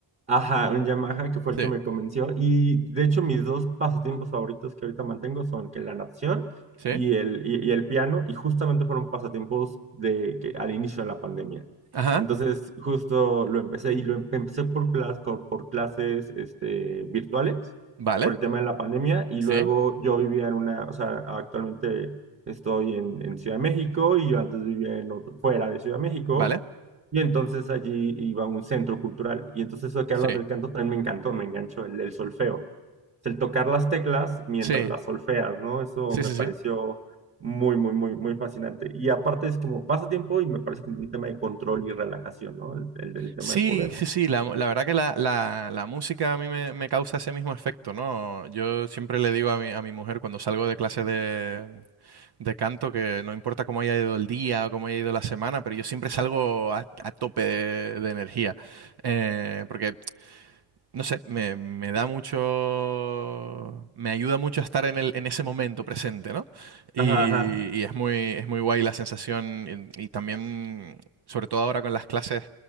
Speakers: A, on the right (about 25°); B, on the right (about 55°).
A: Ajá, un Yamaha que fue
B: Sí,
A: el que me convenció. Y de hecho, mis dos pasatiempos favoritos que ahorita mantengo son que la natación
B: sí.
A: y el, y, y el piano, y justamente fueron pasatiempos de que al inicio de la pandemia.
B: Ajá.
A: Entonces, justo lo empecé y lo em- empecé por, clas- co- por clases este, virtuales,
B: Vale.
A: por el tema de la pandemia, y
B: Sí.
A: luego yo vivía en una, o sea, actualmente estoy en, en Ciudad de México y yo antes vivía en otro- fuera de Ciudad de México.
B: Vale.
A: Y entonces allí iba a un centro cultural. Y entonces eso que
B: Sí.
A: hablas del canto también me encantó, me enganchó el, el solfeo. El tocar las teclas mientras
B: Sí.
A: las solfeas, ¿no? Eso
B: Sí,
A: me
B: sí,
A: pareció
B: sí.
A: muy, muy, muy, muy fascinante. Y aparte es como pasatiempo y me parece como un tema de control y relajación, ¿no? El, el, el tema
B: Sí,
A: de poder.
B: sí, sí, la, la verdad que la, la- la música a mí me, me causa ese mismo efecto, ¿no? Yo siempre le digo a mi, a mi mujer cuando salgo de clase de, de canto que no importa cómo haya ido el día o cómo haya ido la semana, pero yo siempre salgo a, a tope de, de energía. Eh, porque no sé, me, me da mucho, me ayuda mucho a estar en el, en ese momento presente, ¿no? Y,
A: Ajá, ajá.
B: y es muy, es muy guay la sensación y, y también, sobre todo ahora con las clases,